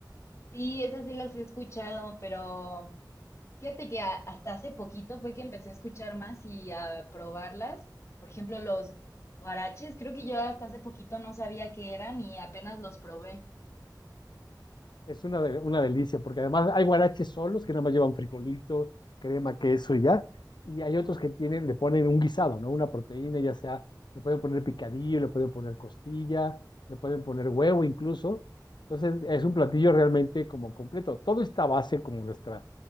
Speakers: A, on the left; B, on the left.
A: Sí, esas sí las he escuchado, pero fíjate que a- hasta hace poquito fue que empecé a escuchar más y a probarlas. Por ejemplo, los guaraches, creo que yo hasta hace poquito no sabía qué eran y apenas los probé.
B: Es una, de- una delicia, porque además hay guaraches solos que nada más llevan frijolito, crema, queso y ya. Y hay otros que tienen, le ponen un guisado, ¿no? Una proteína, ya sea, le pueden poner picadillo, le pueden poner costilla, le pueden poner huevo incluso. Entonces, es un platillo realmente como completo. Todo está a base como nuestra